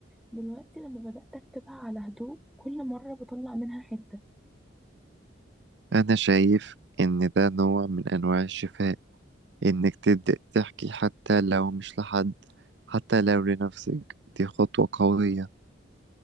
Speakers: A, in the centre; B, on the right.
A: دلوقتي لما بدأت أكتبها على هدوء كل مرة بطلع منها حتة
B: أنا شايف إن ده نوع من أنواع الشفاء إنك تبدأ تحكي حتى لو مش لحد حتى لو لنفسك دي خطوة قوية